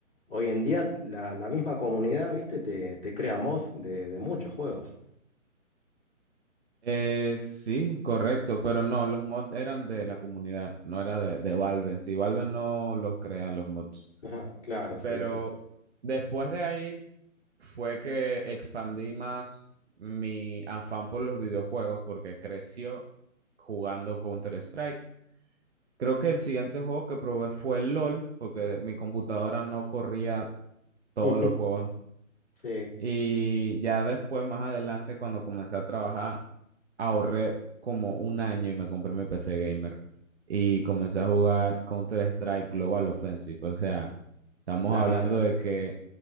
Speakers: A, on the left; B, on the right.
A: hoy en día la, la misma comunidad, ¿viste? Te, te crea mods de, de muchos juegos.
B: Eh, sí, correcto, pero no, los mods eran de la comunidad, no era de, de Valve. en Sí, Valve no los crea los mods.
A: Ajá, claro, sí,
B: Pero
A: sí.
B: después de ahí fue que expandí más mi afán por los videojuegos porque creció jugando Counter-Strike. Creo que el siguiente juego que probé fue LOL, porque mi computadora no corría todos
A: <laughs>
B: los juegos.
A: Sí,
B: Y ya después, más adelante, cuando comencé a trabajar, ahorré como un año y me compré mi PC gamer y comencé a jugar Counter-Strike Global Offensive. O sea, estamos
A: claro,
B: hablando de
A: sí.
B: que